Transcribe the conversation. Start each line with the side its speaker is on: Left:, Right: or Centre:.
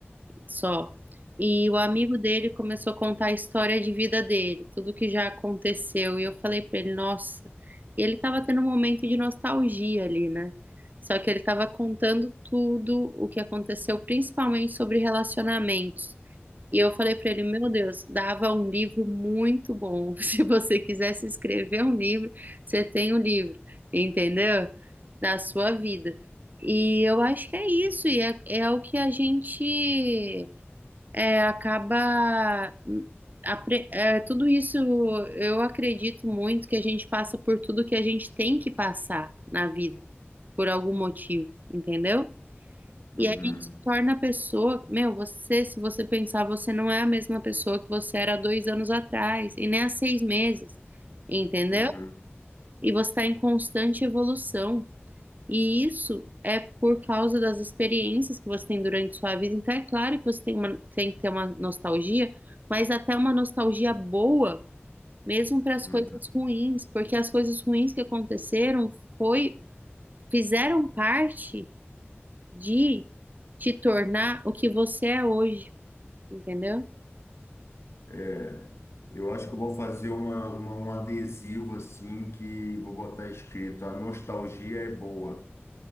Right: só. E o amigo dele começou a contar a história de vida dele, tudo que já aconteceu. E eu falei pra ele, nossa. E ele tava tendo um momento de nostalgia ali, né? Só que ele tava contando tudo o que aconteceu, principalmente sobre relacionamentos. E eu falei pra ele, meu Deus, dava um livro muito bom. <laughs> Se você quisesse escrever um livro, você tem o livro, entendeu? Da sua vida. E eu acho que é isso, e é, é o que a gente é, acaba apre- é, tudo isso eu acredito muito que a gente passa por tudo que a gente tem que passar na vida por algum motivo, entendeu?
Left: Uhum,
Right: E a gente se torna a pessoa, meu, você, se você pensar, você não é a mesma pessoa que você era há dois anos atrás, e nem há seis meses, entendeu?
Left: uhum,
Right: E você está em constante evolução. E isso é por causa das experiências que você tem durante sua vida. Então, é claro que você tem uma- tem que ter uma nostalgia, mas até uma nostalgia boa, mesmo para as
Left: uhum.
Right: coisas ruins, porque as coisas ruins que aconteceram foi, fizeram parte de te tornar o que você é hoje, entendeu?
Left: É, eu acho que eu vou fazer uma, uma- um adesivo assim que vou botar escrito, a nostalgia é boa,